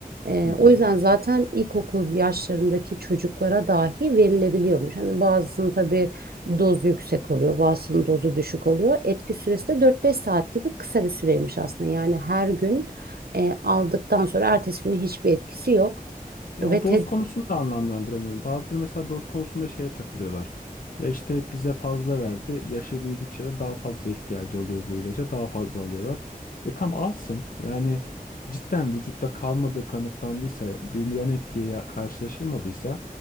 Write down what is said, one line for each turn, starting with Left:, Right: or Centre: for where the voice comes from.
Right: Ee,
Left: Hı hı.
Right: o yüzden zaten ilkokul yaşlarındaki çocuklara dahi verilebiliyormuş. Hani bazısının tabii dozu yüksek oluyor, bazısının dozu düşük oluyor. Etki süresi de 4-5 saat gibi kısa bir süreymiş aslında. Yani her gün e, aldıktan sonra ertesi günü hiçbir etkisi yok.
Left: Ya
Right: Ve
Left: o doz
Right: te,
Left: konusunu da anlamlandıramıyorum. Bazıları mesela doz konusunda şeye takılıyorlar. Ya işte bize fazla verdi. Yaşı büyüdükçe de daha fazla ihtiyacı oluyor bu ilaca. Daha fazla alıyorlar. E tam alsın. Yani cidden vücutta kalmadığı kanıtlandıysa, bir yan etkiye ya- karşılaşılmadıysa